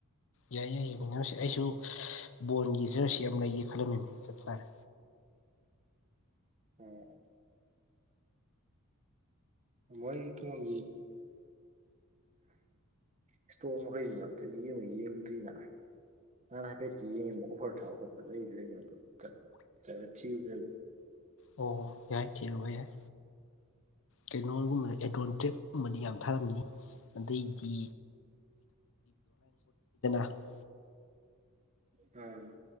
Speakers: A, on the left; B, on the right.
A: ꯌꯥꯏ ꯌꯥꯏ ꯌꯦꯡꯃꯤꯟꯅꯔꯁꯤ ꯑꯩꯁꯨ ꯕꯣꯟꯒꯤ ꯖꯔꯁꯤ ꯑꯝ ꯂꯩꯒꯦ ꯈꯜꯂꯝꯃꯤꯝꯅꯤ ꯆꯞ ꯆꯥꯔꯦ
B: ꯑꯣ ꯃꯣꯏ ꯀꯩꯅꯣꯒꯤ ꯏꯁꯇꯣꯛ ꯃꯈꯩꯗꯨꯅ ꯑꯇꯩ ꯑꯝ ꯌꯦꯡꯗ꯭ꯔꯤꯅ ꯅꯍꯥꯟ ꯍꯥꯏꯐꯦꯠꯇꯤ ꯌꯦꯡꯉꯤꯕ ꯑꯣꯐꯔ ꯊꯥꯕ ꯈꯣꯠꯄ ꯂꯩ ꯂꯩ ꯑꯗꯣ ꯈꯔ ꯆꯠꯂꯥ ꯊꯤꯔꯨꯗ꯭ꯔ
A: ꯑꯣ ꯌꯥꯏ ꯊꯤꯔꯨꯕ ꯌꯥꯏ ꯀꯩꯅꯣꯜꯒꯨꯝꯕꯗ ꯑꯦꯗ꯭ꯔꯣꯟꯇ꯭ꯔꯦꯞꯀꯨꯝꯕꯗꯤ ꯌꯥꯝ ꯊꯥꯔꯝꯃꯤ ꯑꯗꯩꯗꯤ <unintelligible>
B: ꯑꯝ